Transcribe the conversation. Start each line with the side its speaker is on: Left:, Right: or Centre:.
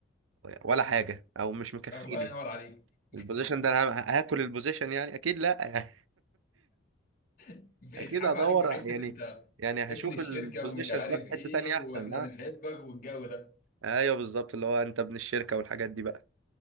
Right: ولا حاجه او مش مكفيني
Left: الله ينور عليك
Right: البوزيشن ده انا ه- هاكل البوزيشن يعني اكيد لا يعني
Left: <laughs>
Right: <laughs>
Left: بيضحكوا
Right: اكيد هدور
Left: عليك بحته
Right: يعني
Left: انت
Right: يعني هشوف
Left: ابن الشركه
Right: البوزيشن
Left: ومش عارف
Right: ده في
Left: ايه
Right: حته تانية
Left: واحنا
Right: احسن ها
Left: بنحبك والجو ده
Right: ايوه بالظبط اللي هو انت ابن الشركه والحاجات دي بقى